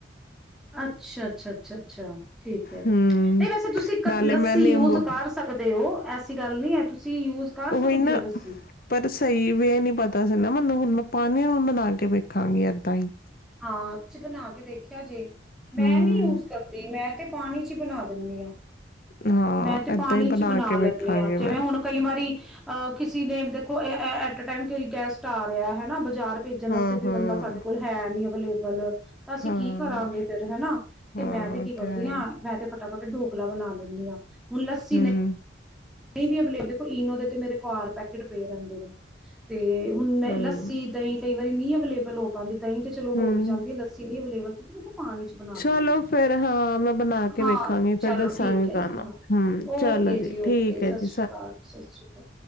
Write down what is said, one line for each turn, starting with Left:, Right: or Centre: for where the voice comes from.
Centre: ਅੱਛਾ ਅੱਛਾ ਅੱਛਾ ਅੱਛਾ ਠੀਕ ਹੈ,
Left: ਹੂੰ,
Centre: ਨਹੀਂ ਵੈਸੇ ਤੁਸੀਂ ਕ
Left: ਨਾਲੇ
Centre: ਲੱਸੀ
Left: ਮੈਂ ਨਿੰਬੂ
Centre: ਯੂਜ ਕਰ ਸਕਦੇ ਹੋ। ਐਸੀ ਗੱਲ ਨਹੀਂ ਹੈ ਤੁਸੀਂ ਯੂਜ ਕਰ
Left: ਉਹ
Centre: ਸਕਦੇ
Left: ਨਾ
Centre: ਹੋ ਲੱਸੀ
Left: ਪਰ ਸਹੀ ਵੇ ਨੀ ਪਾਤਾ <unintelligible> ਦਿਤਤਾਂ ਸੀ ਨਾ ਮੈਨੂੰ ਹੁਣ ਮੈਂ ਪਾਣੀਆਂ ਨੂੰ ਬਣਾ ਕੇ ਵੇਖਾਂਗੀ ਏਦਾਂ ਹੀ।
Centre: ਹਾਂ ਚ ਬਣਾ ਕੇ ਦੇਖਿਆ ਜੇ, ਮੈਂ
Left: ਹੂੰ,
Centre: ਨੀ ਯੂਜ ਕਰਦੀ, ਮੈਂ ਤੇ ਪਾਣੀ ਚ ਹੀ ਬਣਾ ਦਿੰਦੀ ਹਾਂ।
Left: ਹਾਂ
Centre: ਮੈਂ ਤੇ ਪਾਣੀ
Left: ਏਦਾਂ ਈ
Centre: ਚ ਬਣਾ
Left: ਕੇ
Centre: ਲੈਂਨੀ
Left: ਵੇਖਾਂਗੀ
Centre: ਆਂ, ਜਿਵੇਂ
Left: ਮੈਂ।
Centre: ਹੁਣ ਕਈ ਵਾਰੀ ਅਹ ਕਿਸੇ ਨੇ ਦੇਖੋ <unintelligible> ਇੱਕ ਟਾਈਮ ਕੋਈ ਗੈਸਟ ਆ ਰਿਹਾ ਹੈਨਾ ਬੱਚੇ। ਜ਼ਾਰ ਭੇਜਣ
Left: ਹੂੰ,
Centre: ਆਸਤੇ ਕੋਈ
Left: ਹੂੰ।
Centre: ਬੰਦਾ ਸਾਡੇ ਕੋਲ ਹੈ ਨੀ ਲੇਬਲ ਤਾਂ ਅਸੀਂ
Left: ਹਾਂ, ਹਾਂ,
Centre: ਕੀ ਕਰਾਂਗੇ ਫੇਰ, ਹੈਨਾ ਤੇ
Left: ਉਹ
Centre: ਮੈਂ ਤੇ ਕੀ ਕਰਦੀ
Left: ਹੈ
Centre: ਹਾਂ
Left: ਈ।
Centre: ਮੈਂ ਤੇ ਫਟਾਫਟ ਢੋਕਲਾ ਬਣਾ ਲੈਂਨੀ ਆਂ। ਹੁਣ ਲੱਸੀ
Left: ਹੂੰ,
Centre: ਨਹੀਂ <inaudible> ਦੇਖੋ ਈਨੋ ਦੇ ਤੇ ਮੇਰੇ ਘਰ ਪੈਕਟ ਪਏ ਰਹਿੰਦੇ ਨੇ ਤੇ ਹੁਣ
Left: ਹੂੰ।
Centre: ਲੱਸੀ, ਦਹੀਂ ਕਈ ਵਾਰੀ ਨੀ ਅਵੇਲੇਬਲ ਹੋ ਪਾਂਦੀ। ਦਹੀਂ ਤੇ ਚਲੋ
Left: ਹੂੰ।
Centre: ਹੋ ਹੀ ਜਾਂਦੀ। ਲੱਸੀ ਨੀ ਅਵੇਲੇਬਲ ਤੇ ਮੈਂ ਤੇ ਪਾਣੀ ਚ ਬਣਾ
Left: ਚਲੋ
Centre: ਦਿੰਦੀ ਹਾਂ।
Left: ਫੇਰ ਹਾਂ ਮੈਂ ਬਣਾ ਕੇ
Centre: ਹਾਂ
Left: ਵੇਖਾਂਗੀ
Centre: ਚਲੋ
Left: ਫੇਰ ਦੱਸਾਂਗੀ
Centre: ਠੀਕ ਹੈ।
Left: ਤੁਹਾਨੂੰ
Centre: ਜੀ ਹਾਂ
Left: ਹੂੰ
Centre: ਓਕੇ
Left: ਚਲੋ
Centre: ਜੀ ਓ
Left: ਠੀਕ
Centre: ਸਤਿ
Left: ਹੈ ਜੀ
Centre: ਸ਼੍ਰੀ ਅਕਾਲ, ਸਤਿ ਸ਼੍ਰੀ ਅਕਾਲ।